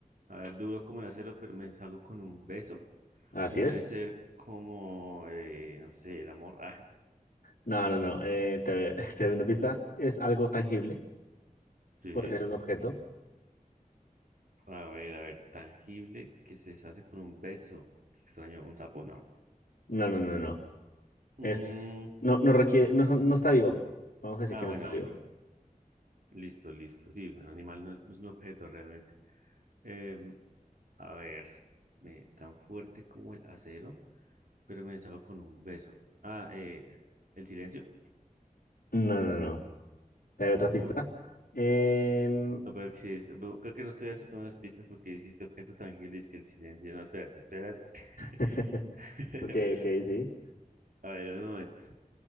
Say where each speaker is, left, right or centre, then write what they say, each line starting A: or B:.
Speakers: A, on the right; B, on the left.
A: a ver, duro como el acero, pero me deshago con un beso.
B: Así
A: Debe
B: es.
A: ser como, eh, no sé, el amor. <laughs> Ah,
B: No, no, no. eh, te, <laughs> te doy una pista. Es algo tangible.
A: sí.
B: Puede ser un objeto.
A: A ver, a ver, tangible que se deshace con un beso. Qué extraño, ¿un sapo? No.
B: No, no, no, no. no.
A: Mm,
B: Es, no, no requiere, no, son- no está vivo. Vamos a decir
A: ah,
B: que
A: bueno,
B: no está vivo.
A: bueno. Listo, listo. Sí, un animal no, no es un objeto realmente. Em, a ver, me- tan fuerte como el acero, pero me deshago con un beso. Ah, eh, el silencio.
B: No, no, no. no. ¿Te doy otra
A: Uh,
B: pista? Em,
A: no, pero que sí es- bu- creo que no estoy aceptando las pistas porque dijiste objetos tangibles que el silencio. No, espérate, espérate.
B: <laughs>
A: <laughs>
B: Ok, ok, sí.
A: A ver, un momento.